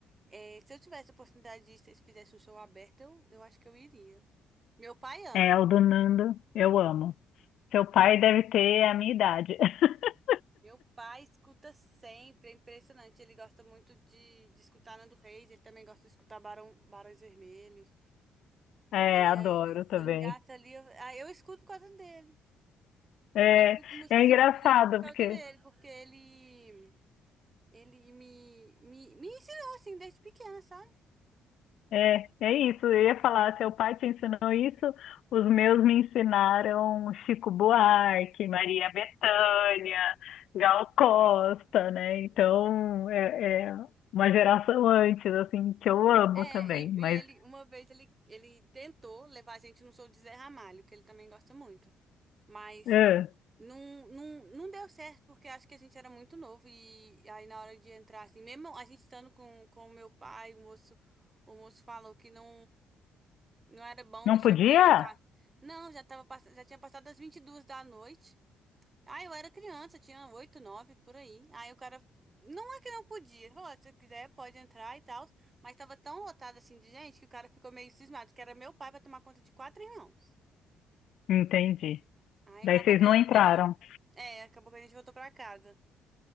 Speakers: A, on the right (about 25°); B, on the left (about 75°).
A: é, se eu tivesse a oportunidade de ir, se eles fizessem um show aberto, eu, eu acho que eu iria. Meu pai ama.
B: É, o do Nando, eu amo. Seu pai deve ter a minha idade. <laughs>
A: Meu pai escuta sempre, é impressionante. Ele gosta muito de, de escutar Nando Reis, ele também gosta de escutar Barão, Barões Vermelhos.
B: É,
A: E
B: adoro
A: aí
B: também.
A: engata ali. Eu, aí eu escuto por causa dele.
B: É,
A: Eu escuto música
B: é
A: assim,
B: engraçado,
A: brasileira por causa
B: porque
A: dele, porque ele, ele me, me, me ensinou assim desde pequena, sabe?
B: é, é isso. Eu ia falar, seu pai te ensinou isso, os meus me ensinaram Chico Buarque, Maria Bethânia, Gal Costa, né? Então, é, é uma geração antes, assim, que eu amo
A: É,
B: também.
A: e,
B: Mas,
A: e ele, uma vez ele, ele tentou levar a gente no show de Zé Ramalho, que ele também gosta muito. Mas
B: é,
A: não, não, não deu certo, porque acho que a gente era muito novo. E aí na hora de entrar, assim, mesmo a gente estando com, com o meu pai, o moço, o moço falou que não, não era bom
B: não
A: deixar
B: podia?
A: a criança. Não, já tava, pass- já tinha passado das 22 da noite. Ah, eu era criança, eu tinha oito, nove, por aí. Aí o cara, não é que não podia, falou, "Ó, se você quiser pode entrar e tal, mas tava tão lotado assim de gente que o cara ficou meio cismado, que era meu pai pra tomar conta de quatro irmãos.
B: Entendi.
A: Aí
B: Daí
A: acabou
B: vocês
A: que
B: não
A: ele
B: entraram.
A: deixou. É, acabou que a gente voltou pra casa.